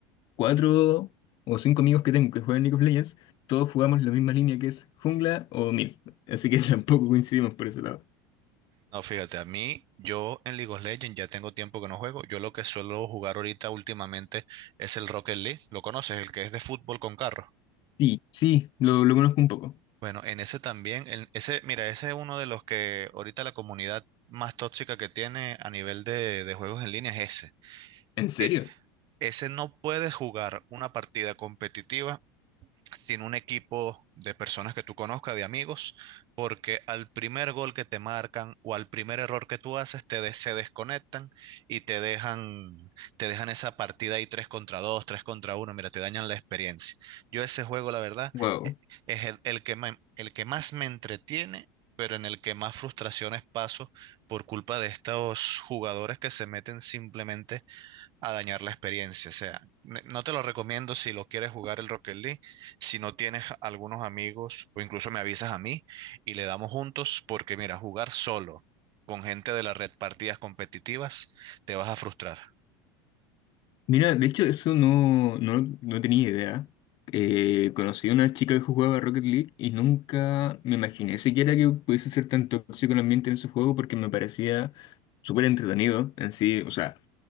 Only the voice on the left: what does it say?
cuatro o cinco amigos que tengo que juegan League of Legends, todos jugamos la misma línea que es jungla o mid. Así que <laughs> tampoco coincidimos por ese lado.
Sí, sí, lo, lo conozco un poco.
¿En serio?
Wow.
Mira, de hecho, eso no, no, no tenía idea. Eh, conocí a una chica que jugaba Rocket League y nunca me imaginé siquiera que pudiese ser tan tóxico el ambiente en ese juego porque me parecía súper entretenido en sí. O sea,